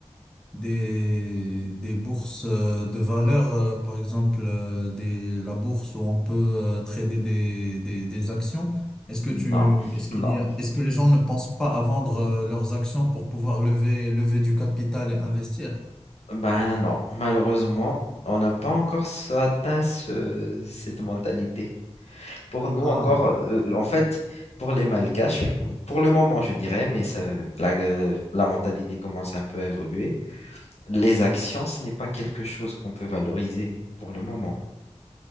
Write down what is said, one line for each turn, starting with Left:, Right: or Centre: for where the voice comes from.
Centre: des, des bourses euh, de valeur, euh, par exemple, euh, des, la bourse où on peut euh, trader des, des, des actions. Est-ce que tu,
Left: Non,
Centre: est-ce qu'il
Left: non.
Centre: y a, est-ce que les gens ne pensent pas à vendre euh, leurs actions pour pouvoir lever, lever du capital et investir?
Left: Ben non, malheureusement, on n'a pas encore s- atteint ce- cette mentalité. Pour nous
Centre: Ah,
Left: encore, euh, euh, en fait, pour les Malgaches, pour le moment, je dirais, mais ça- la, euh, la mentalité commence un peu à évoluer. Les actions, ce n'est pas quelque chose qu'on peut valoriser pour le moment.